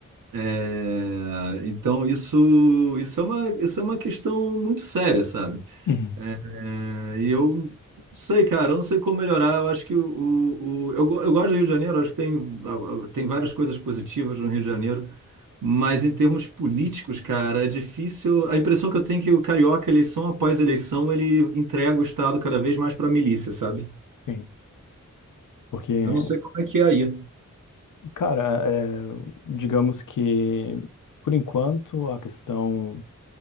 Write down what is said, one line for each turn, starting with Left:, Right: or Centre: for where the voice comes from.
Right: É, então isso, isso é uma, isso é uma questão muito séria, sabe?
Left: Uhum.
Right: É, e eu não sei, cara, eu não sei como melhorar. Eu acho que o, o, o- eu, go- eu gosto do Rio de Janeiro, acho que tem, a- a- tem várias coisas positivas no Rio de Janeiro, mas em termos políticos, cara, é difícil. A impressão que eu tenho é que o carioca, eleição após eleição, ele entrega o Estado cada vez mais para a milícia, sabe?
Left: Sim. Porque,
Right: Eu não sei como é que é aí.
Left: cara, eh, digamos que, por enquanto, a questão